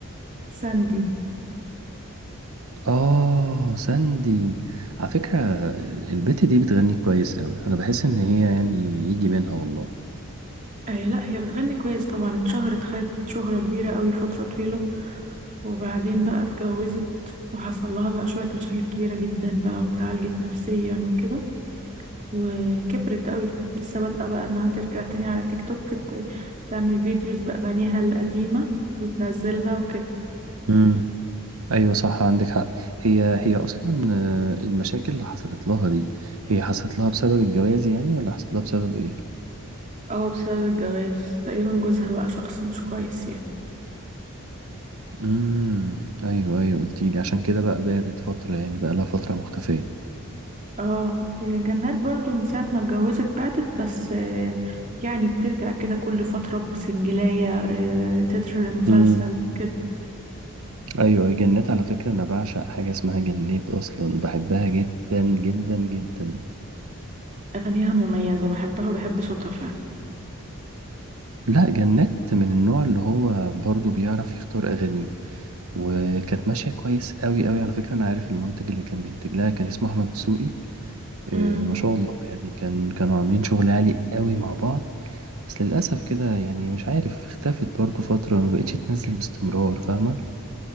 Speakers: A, on the right; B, on the right.
A: ساندي
B: آه ساندي على فكرة البت دي بتغني كويس أوي أنا بحس إن هي يعني يجي منها والله
A: آه لا هي بتغني كويس طبعا اتشهرت خدت شهرة كبيرة قوي فترة طويلة وبعدين بقى اتجوزت وحصل لها بقى شوية مشاكل كبيرة جدا بقى وتعالجت نفسيا وكده وكبرت قوي لسه بادئة بقى انها ترجع تاني على تيك توك ت- تعمل فيديوز بأغانيها القديمة وتنزلها وكده
B: امم أيوة صح عندك حق هي هي أصلا آه، المشاكل اللي حصلت لها دي هي حصلت لها بسبب الجواز يعني ولا حصلت لها بسبب إيه؟
A: اه بسبب الجواز تقريبا جوزها بقى شخص مش كويس يعني
B: امم أيوة أيوة قلتيلي عشان كده بقى بعدت فترة يعني بقى لها فترة مختفية
A: اه إيه، جنات برضو من ساعة ما اتجوزت بعدت بس آه، يعني بترجع كده كل فترة بسنجلاية آه، تتر مسلسل
B: امم
A: كده
B: أيوة جنات على فكرة أنا بعشق حاجة اسمها جنات أصلا بحبها جدا جدا جدا
A: أغانيها مميزة بحبها وبحب صوتها فعلا
B: لا جنات من النوع اللي هو برضه بيعرف يختار أغانيه وكانت ماشية كويس قوي قوي على فكرة أنا عارف المنتج اللي كان بينتج لها كان اسمه أحمد دسوقي آه،
A: امم
B: ما شاء الله يعني كان كانوا عاملين شغل عالي قوي مع بعض بس للأسف كده يعني مش عارف اختفت برضه فترة ما بقتش تنزل باستمرار فاهمة